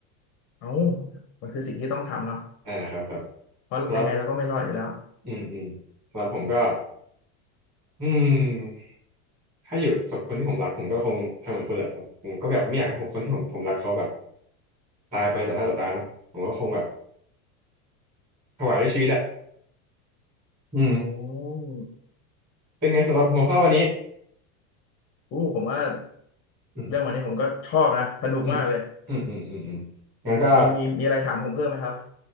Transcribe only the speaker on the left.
เอ้ามันคือสิ่งที่ต้องทำเนาะ
เพราะยังไงเราก็ไม่รอดอยู่แล้ว
โอ้
อู้ผมว่า
เรื่องวันนี้ผมก็ชอบนะ สนุกมากเลย
มีมีมีอะไรถามผมเพิ่มไหมครับ